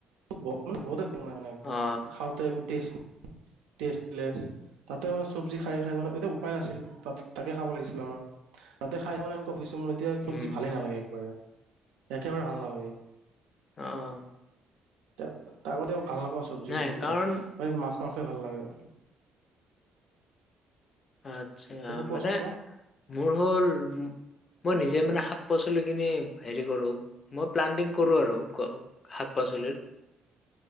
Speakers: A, on the right; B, on the left.
A: ব মানে বহুতে বনাই মানে একদম
B: অ
A: খাওঁতে একো টেষ্ট ট্ৰেষ্টলেছ তাতে মানে চব্জি খাই খাই মানে এতিয়া উপায় নাছিল তাত। তাকে খাব লাগিছিলে আমাৰ তাতে খাই মানে এনেকুৱা হৈছে মোৰ এতিয়া চব্জি
B: উম
A: ভালেই নালাগে একবাৰে। একেবাৰে ভাল নালাগে।
B: অ'।
A: তাৰ, তাৰমতেও ভাল নাপাওঁ চব্জিবিলাক,
B: নাই কাৰণ
A: মানে মাছ-মাংসই ভাল লাগে।
B: আচ্ছা,
A: কোৱাচোন
B: মানে,
A: কোৱা
B: মোৰ হ'ল মই নিজে মানে শাক-পাচলিখিনি হেৰি কৰোঁ, মই প্লানটিং কৰোঁ আৰু শাক-পাচলিৰ,